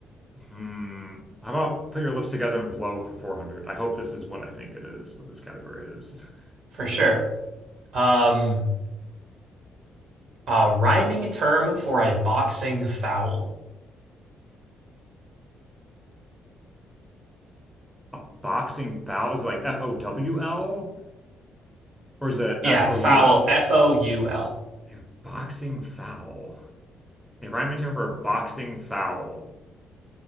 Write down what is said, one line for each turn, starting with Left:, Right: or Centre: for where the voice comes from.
Centre: hmm, how about put your lips together and blow for 400? I hope this is what I think it is, what this category is. <laughs>
Right: For sure. Um, a rhyming term for a boxing foul.
Centre: A boxing foul is it like F-O-W-L or is it
Right: Yeah,
Centre: F-O-U-L?
Right: foul, F-O-U-L.
Centre: A boxing foul. A rhyming term for a boxing foul.